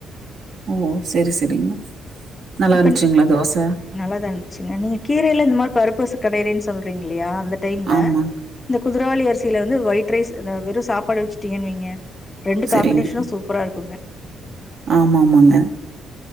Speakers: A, on the right; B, on the left.
A: ஓ செரி செரிங்க நல்லா
B: இப்ப
A: இருந்துச்சிங்களா தோச
B: நல்லாதா இருந்துச்சுங்க நீங்க கீரையில இந்த மாரி பருப்பு கடையறேன்னு சொல்றீங்க இல்லையா அந்த டைம்ல
A: ஆமாங்க.
B: குதிரவாளி அரிசியில வந்து ஒயிட் ரைஸ் இந்த வெறு சாப்பாடு வச்சுட்டீங்கன்னு வைங்க ரெண்டு
A: சரிங்க.
B: காம்பினேஷனு சூப்பரா இருக்குங்க
A: ஆமாமாங்க.